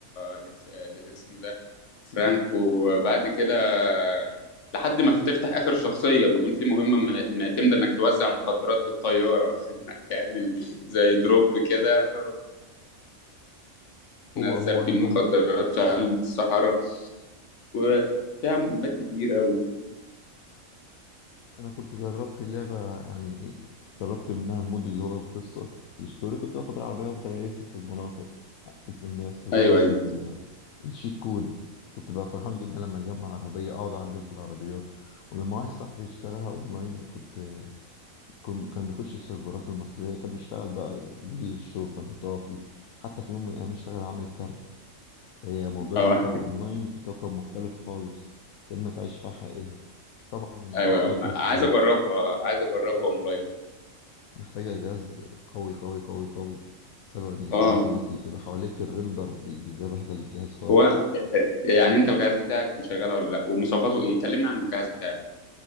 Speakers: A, on the left; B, on the left.
A: لف... اللي اسمه ده فرانك وبعد كده لحد ما تفتح آخر شخصية بيكون في مهمة م- معتمدة إنك توزع مخدرات بالطيارة <laughs> إنك تعمل زي دروب كده
B: هو
A: وتنزل
B: هو
A: فيه
B: انا
A: المخدرات
B: جرب
A: في قلب الصحراء وفيها مهمات كتير أوي
B: انا كنت جربت اللعبه يعني جربت منها المود اللي هو القصه الستوري كنت باخد العربيه وافضل الف في المناطق اقتل في الناس اجرب
A: أيوه أيوه
B: ال- الشيت كود كنت بقى فرحان جدا لما اجمع عربيه اقعد اعدل في العربيات ولما واحد صاحبي اشتراها اونلاين كنت كن- كان بيخش السيرفرات المصريه كان بيشتغل بقى بوليس شرطه مطافي حتى في يوم من الايام اشتغل عامل كارته فهي موضوع
A: آه.
B: انها تبقى اونلاين في كوكب مختلف خالص كانك عايش حياه حقيقيه طبعا
A: ايوه
B: محتاج جهاز
A: عايز
B: قوي
A: اجربها عايز اجربها اونلاين
B: محتاجة جهاز قوي قوي قوي قوي بسبب ان
A: اه
B: كمية الناس اللي بتبقى حواليك الريندر بي- بيبقى بهدل الجهاز خالص
A: هو يعني انت الجهاز بتاعك شغاله ولا لا ومواصفاته ايه كلمنا عن الجهاز بتاعك